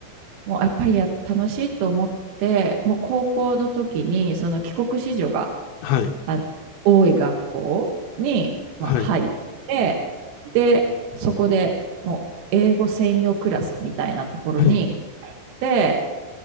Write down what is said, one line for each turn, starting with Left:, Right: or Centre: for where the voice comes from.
Right: もうやっぱりや楽しいと思って、もう高校の時にその帰国子女が
Left: はい、
Right: あ、多い学校に、まあ、
Left: はい、
Right: 入って、で、そこでもう英語専用クラスみたいなところに行って、
Left: はい、